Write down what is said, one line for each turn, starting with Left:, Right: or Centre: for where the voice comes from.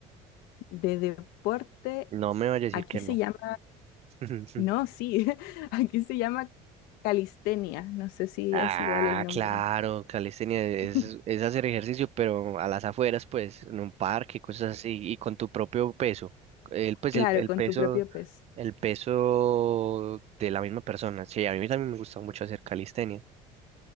Left: De deporte,
Right: No me vaya a decir
Left: aquí
Right: que
Left: se
Right: no.
Left: llama,
Right: <laughs>
Left: no, sí, <laughs> aquí se llama calistenia, no sé si
Right: Ah,
Left: es igual el nombre.
Right: claro, calistenia es,
Left: <laughs>
Right: es hacer ejercicio, pero a las afueras, pues, en un parque, cosas así, y con tu propio peso. El, pues,
Left: Claro,
Right: el, el
Left: con
Right: peso,
Left: tu propio peso.
Right: el peso de la misma persona. Sí, a mí también me gusta mucho hacer calistenia.